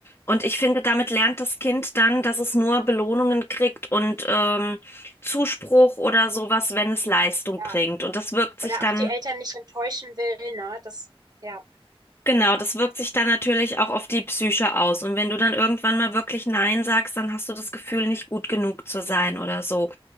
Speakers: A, on the left; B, on the right.
A: Und ich finde, damit lernt das Kind dann, dass es nur Belohnungen kriegt und ähm, Zuspruch oder sowas, wenn es Leistung
B: ja.
A: bringt. Und das wirkt sich
B: Oder
A: dann
B: auch die Eltern nicht enttäuschen will, ne? Das ja,
A: Genau, das wirkt sich dann natürlich auch auf die Psyche aus. Und wenn du dann irgendwann mal wirklich Nein sagst, dann hast du das Gefühl, nicht gut genug zu sein oder so.